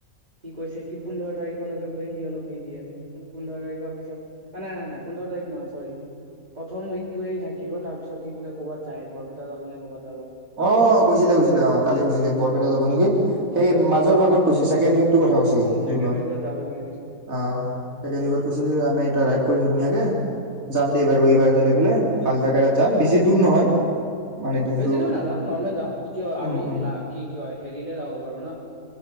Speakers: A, on the right; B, on the right.
A: হি কৈছে কি, পোন্ধৰ তাৰিখলৈকে বোলে সি অলপ বিজি আছে, মোৰ পোন্ধৰ তাৰিখৰ পিছত, নাই-নাই-নাই পোন্ধৰ তাৰিখ নহয়, চৰি প্ৰথম উইকটোৱে থাকিব, তাৰ পিছত সি বোলে ক'বাত যায়, বৰপেটাত যাব নে ক'বাত
B: অ কৈছিলে কৈছিলে অ কালি গৈছিলে বৰপেটা যাব নেকি
A: উম বৰপেটা
B: সেই
A: যাব
B: মাজৰ ভাগত কৈছিল ছেকেণ্ড উইকটোৰ কথা কৈছে স
A: অ ছেকেণ্ড
B: জুনৰ
A: উইকত যাব বুলি কৈছিলে
B: অ তাকে কৈছে যে আমি এটা ৰাইড কৰিম ধুনীয়াকে যাম দেই বাৰু এইবাৰ লৈ পেলে ভাল জেগা এ তাত যাম বেছি দূৰ নহয় মানে দিনটো
A: বেছি দূৰ নাযাওঁ নৰ্মেল যাওঁ, কিয়
B: উম
A: আমি
B: উম
A: লা, কি কিয় হেৰিলে যাব পাৰো ন'!